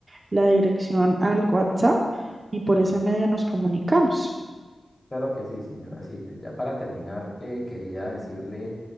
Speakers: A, on the right; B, on the left.
A: la dirección al WhatsApp y por ese medio nos comunicamos.
B: Claro que sí, señora Silvia. Ya para terminar, eh, quería decirle